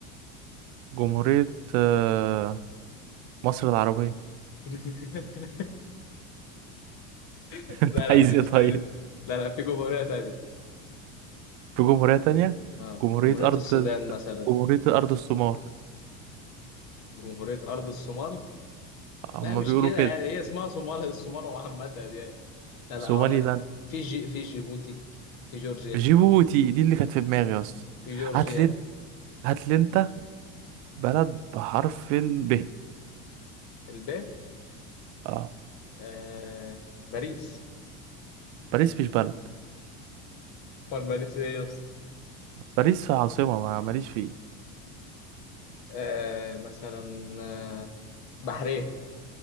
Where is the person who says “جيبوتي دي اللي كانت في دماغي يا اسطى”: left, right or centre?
Right